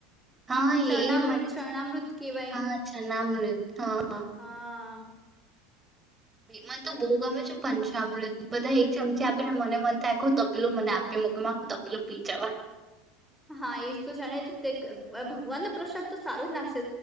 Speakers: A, on the right (about 20°); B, in the centre.
A: હા એ
B: ચરણામૃત
A: મને
B: ચરણામૃત કેવાય
A: હા્ છા નામ મને હા.
B: હા.
A: મને તો બહુ ગમે છે. પંચામૃત બધા એક ચમચી આપીને મને મન થાય આખું તપેલું મને આપી મ કે આખું તપેલું પી જવાય.
B: હા એજ તો જાણે ભગવાન નો પ્રસાદ તો સારો જ લાગશે